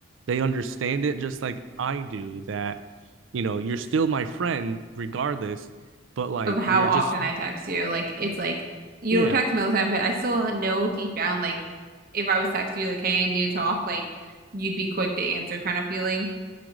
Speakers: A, on the right; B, on the right.
A: they understand it just like I do that, you know, you're still my friend regardless, but like
B: Of how
A: we're
B: often
A: just
B: I text you. Like, it's like you
A: yeah
B: don't text me all the time, but I still know deep down, like, if I was texting you, like, hey, I need to talk, like, you'd be quick to answer kind of feeling.